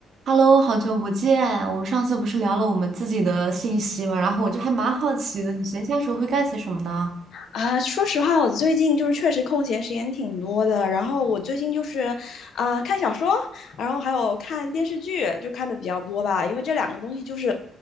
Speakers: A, on the right; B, on the left.
A: Hello，好久不见。我们上次不是聊了我们自己的信息嘛，然后我就还蛮好奇的，你闲暇时候会干些什么呢？
B: 啊，说实话，我最近就是确实空闲时间挺多的。然后我最近就是，啊、看小说，然后还有看电视剧，就看的比较多吧。因为这两个东西就是，